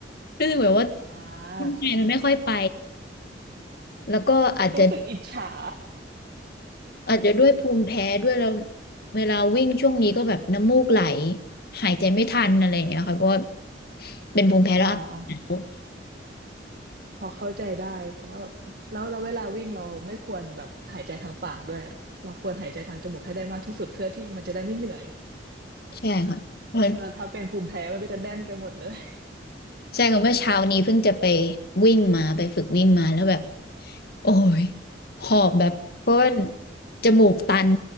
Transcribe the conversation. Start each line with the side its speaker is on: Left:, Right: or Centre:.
Left: รู้สึกแบบว่า
Right: อ่
Left: <laughs> ร่างกายมันไม่ค่อยไป
Right: า
Left: แล้วก็อาจจะ
Right: รู้สึกอิจฉา
Left: อาจจะด้วยภูมิแพ้ด้วยแล้วเวลาวิ่งช่วงนี้ก็แบบน้ำมูกไหลหายใจไม่ทันอะไรอย่างเงี้ยค่ะเพราะว่าเป็นภูมิแพ้แล้วอากาศหนาว
Right: อ่าพอเข้าใจได้เพราะว่าแล้วเราเวลาวิ่งเราไม่ควรแบบหายใจทางปากด้วยเราควรหายใจทางจมูกให้ได้มากที่สุดเพื่อที่มันจะได้ไม่เหนื่อย
Left: ใช่ค่ะเพราะน
Right: แล้วถ้าเป็นภูมิแพ้มันก็จะแน่นไปหมดเลย
Left: ใช่ค่ะเมื่อเช้านี้เพิ่งจะไปวิ่งมาไปฝึกวิ่งมาแล้วแบบโอ้ยหอบแบบเพราะว่าจมูกตัน